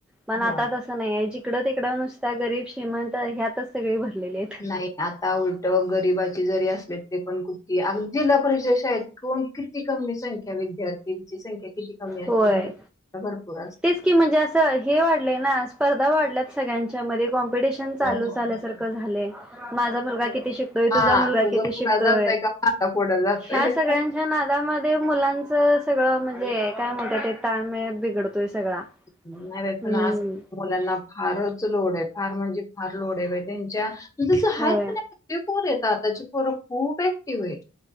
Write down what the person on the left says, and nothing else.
होय
नाही, आता उलटं गरीबाची जरी असले तरी पण कुठती, अजुन जिल्हा परिषदा शाळेत कोण किती कमी संख्या विद्यार्थींची संख्या किती कमी असते,
इंग्लिश ला भरपूर असते.
होय होय
होय
हां,
तुझं
पुढं जातंय का माझा पुढं जातोय
हे
बघ.
नाही बाई
पण आज मुलांना फारच लोड आहे फार म्हणजे फार लोड आहे बाई त्यांच्या पण तस हाय
पण ना ते पोर आहेत आताची पोर खूप ऍक्टिव्ह आहे.